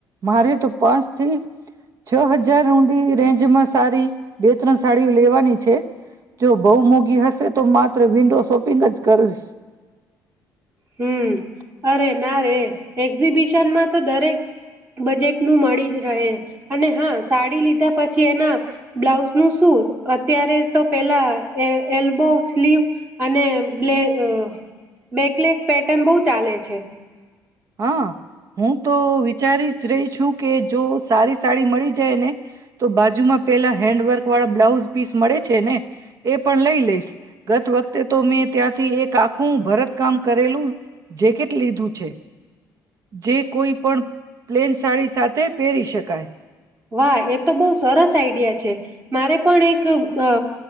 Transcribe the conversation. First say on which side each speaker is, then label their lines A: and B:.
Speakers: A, on the right; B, on the right.
A: મારે તો પાંચ થી છ હજાર હુથી રેન્જ જ માં સારી બે ત્રણ સાડીઓ લેવાની છે. જો બહુ મોંઘી હશે તો માત્ર વિન્ડો શોપિંગ જ કરીશ
B: હમ અરે ના રે એક્ઝિબિશનમાં તો દરેક બજેટનું મળી જ રહે અને હા સાડી લીધા પછી એના બ્લાઉઝનું શું અત્યારે તો પેલા એ એલ્બો સ્લીવ અને બ્લે અ બેકલેસ પેટર્ન બહુ ચાલે છે.
A: હા હું તો વિચારી જ રહી છું કે જો સારી સાડી મળી જાય ને તો બાજુમાં પેલા હેન્ડવર્ક વાળા બ્લાઉઝ પીસ મળે છે ને એ પણ લઈ લઈશ ગત વખતે તો મેં ત્યાંથી એક આખું ભરત કામ કરેલું જેકેટ લીધું છે. જે કોઈપણ પ્લેન સાડી સાથે પહેરી શકાય.
B: વાહ એ તો બહુ સરસ આઈડિયા છે મારે પણ એક અ